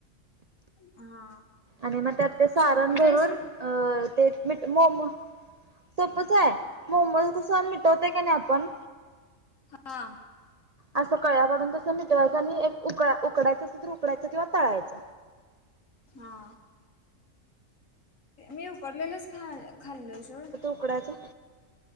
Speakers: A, on the left (about 75°); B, on the right (about 45°).
A: हा
B: आणि ना त्यात ते सारण
A: सोपच
B: भरून
A: आहे सोड
B: अ ते मीठ मोमो सोपच आहे. मोमोज कुसन मिटवतोय की नाही आपण
A: हा
B: अस कळ्या काडून तस मिटवायच. आणि एक उक उकडायच तर उकडायच किंवा तळायच.
A: हा मी उकडलेलंच खा खाल्लय सोड.
B: तुकड्याचा